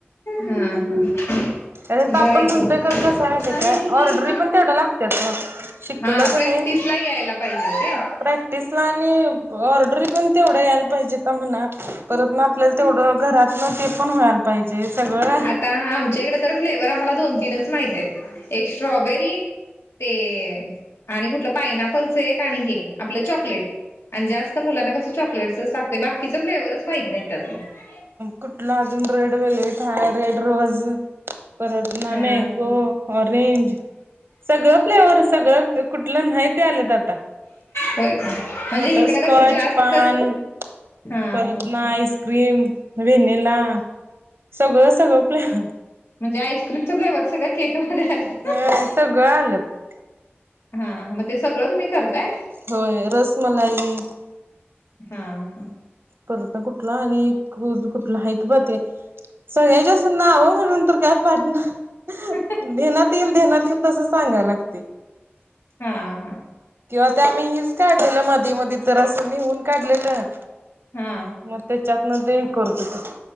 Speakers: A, on the left (about 80°); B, on the right (about 65°).
A: हा ह
B: त्याच्यात आपण
A: बरं कि
B: म्हणतोय खरं कसं आहे ते काय ऑर्डरी पण तेवढ्या लागत्यात ओ शिकलं
A: हा
B: कणी
A: प्रॅक्टिसला यायला पाहिजे होते. <unintelligible>
B: प्रॅक्टिसला आणि ऑर्डरी पण तेवढ्या यायला पाहिजे का म्हणा परत ना आपल्या तेवढं घरातन ते पण व्हायला पाहिजे सगळं
A: आ आमच्याकडे तर फ्लेवर्ह आम्हाला दोन तीनच माहित आहे एक स्ट्रॉबेरी ते आणि कुठलं पायनॅपलचं एक आणि हे आपलं चॉकलेट. आणि जास्त मुलांना कसं चॉकलेटसच लागते बाकीच फ्लेवर्हच माहत नाहीत त्यातलं <unintelligible>
B: कुठला अजून रेड व्हायलेट आहे रेड रोज परत ना
A: हा
B: मँगो
A: हा
B: ऑरेंज सगळं फ्लेवर सगळं कुठलं नाही ते आलेत आता
A: होय का म्हणजे
B: बटरस्कॉच
A: इकडं कसं जास्त
B: पान
A: हा हा
B: परत नाईस. क्रीम व्हनिला सगळं सगळं प्लॅन
A: म्हणजे आईस्क्रीमचा फ्लेवरर सगळ केकमध्ये आलं <unintelligible>
B: ह सगळं आलंत <unintelligible>
A: हा मग ते सगळं तुम्ही करताय. <unintelligible>
B: होय रसमलाई <unintelligible>
A: हां हां. <unintelligible>
B: परत ना कुठला आणि कुठला आहे ब ते. सगळ्यात जास्त नावं म्हणून तर काय पाट नाय.
A: ह.
B: ध्येनात येईल ध्येनात येईल तसं सांगाय लागतयं.
A: हा हा.
B: किंवा ते आम्ही हिल्स काढलेलं मधी मधी तर असं लिहून काढलेलं
A: हा
B: म ते तेच्यातन हे करत होतो